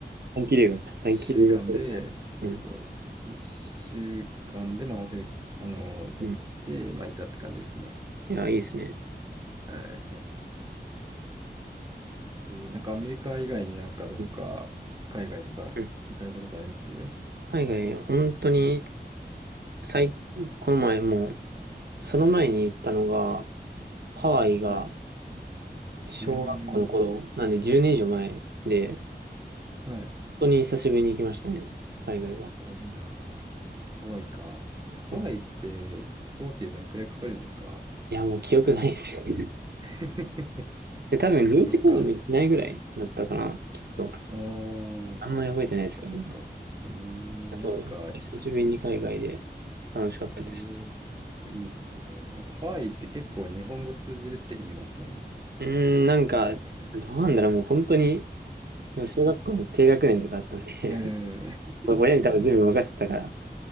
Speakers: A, on the right; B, on the right.
A: 短期留学か。短期留学みたいな。
B: 1週間で、そうそ
A: うん。
B: う、1週間で、まあホテル、あの、取って、
A: うん。い
B: まあいたって感じですね。
A: や、いいですね。
B: はい。えーなんかアメリカ以外になんかどっか海外とか行かれたことあります
A: うん。うん海外、本当に、最、この前もう、その前に行ったのが、ハワイが
B: はい。
A: 小学校の頃、
B: えー、
A: なんで10年以上前で、
B: はい。
A: 本当に久しぶりに行きましたね。海外は。
B: うわ、いいなぁ。ハワイか。いや、ハワイって飛行機でどのくらいかかるんですか
A: うん。いや、もう記憶ないですよ。<laughs>
B: <laughs>
A: で、多分10時間もしないぐらいだったかな、
B: あ、そうか。
A: きっと。
B: ああ、
A: あんまり覚えてないですけどね。
B: そうか、そうか。うーん、
A: そう。
B: なんか、
A: 久しぶりに海外で楽しかったです。
B: えー、いいっすね。なんかハワイって結構日本語通じるって言いません
A: うーん、なんか、
B: なんか、<laughs> う
A: どうなんだろう、もう本当に、でも小学校の低学年とかだったんで
B: ー
A: <laughs>
B: ん。
A: 親に多分全部任せてたから、